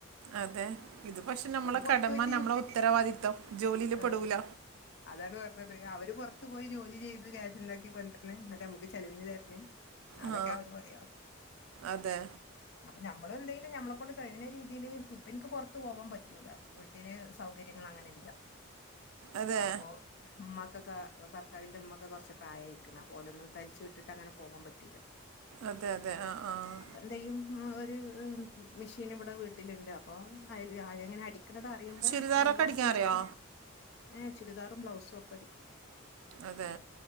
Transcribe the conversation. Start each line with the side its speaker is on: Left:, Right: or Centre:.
Right: അതെ ഇത് പക്ഷെ നമ്മളെ
Left: പുറത്തു
Right: കടമ
Left: പോയിട്ട്
Right: നമ്മളെ
Left: ജോ
Right: ഉത്തരവാദിത്തം ജോലില് പെടൂല
Left: ആഹ് അതാണ് പറഞ്ഞത് അവര് പുറത്ത് പോയി ജോലി ചെയ്ത് ക്യാഷ് ഇണ്ടാക് കൊണ്ടന്ന് എന്നിട്ട് നമ്മുക്ക് ചെലവിന് തരണ് അതൊക്കെ
Right: ആ
Left: അവര് പറയ
Right: അതെ
Left: അപ്പൊ ഞമ്മള് എവിടേലും ഞമ്മളെ കൊണ്ട് കഴിയണ രീതിയിയില് ഇപ്പ എനിക്ക് പൊറത്ത് പോവാൻ പറ്റൂല വീട്ടില് സൗകര്യങ്ങള് അങ്ങന് ഇല്ല
Right: അതെ
Left: അപ്പൊ ഉമ്ക്കൊക്കെ ഭർത്താവിന്റെ ഉമ്മക്കെ കുറച്ച് പ്രായയായി ക്കെന്നാപോലൊന്നും തനിച്ച് വിട്ടിട്ട് അങ്ങനെ പോവാൻ പറ്റൂല
Right: അതെ അതെ ആഹ് ആഹ്
Left: എന്തേയ്യും ഒരു മെഷീൻ ഇവിടെ വീട്ടിലിണ്ട് അപ്പൊ അങ്ങനെ അടിക്കണത് ദാ അറിയുമ്പോ
Right: ചുരിദാറൊക്കെ
Left: അയൽവാസികൾക്കൊക്കെ
Right: അടിക്കാൻ അറിയോ
Left: ഏഹ് ചുരിദാറും ബ്ലൗസും ഒക്കെ അടിക്കും
Right: അതെ